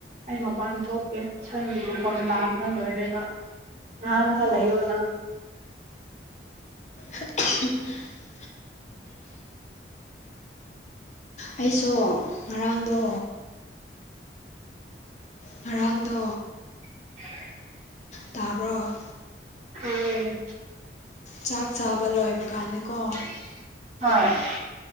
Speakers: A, on the right; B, on the left.
A: ꯑꯩ ꯃꯄꯥꯟ ꯊꯣꯛꯀꯦ ꯁꯟꯒꯤ ꯃꯈꯣꯟ ꯇꯥꯕꯅ ꯂꯣꯏꯅꯦꯕ ꯉꯥꯪ ꯉꯒꯥ
B: ꯑꯣ
A: ꯂꯩꯌꯣ ꯅꯣ
B: <unintelligible> ꯑꯩꯁꯨ ꯉꯔꯥꯡꯗꯣ ꯉꯔꯥꯡꯗꯣ
A: <unintelligible>
B: ꯇꯥꯕ꯭ꯔꯣ
A: ꯎꯝ
B: ꯆꯥꯛ ꯆꯥꯕ ꯂꯣꯏꯕ ꯀꯥꯟꯅꯤꯀꯣ
A: <unintelligible>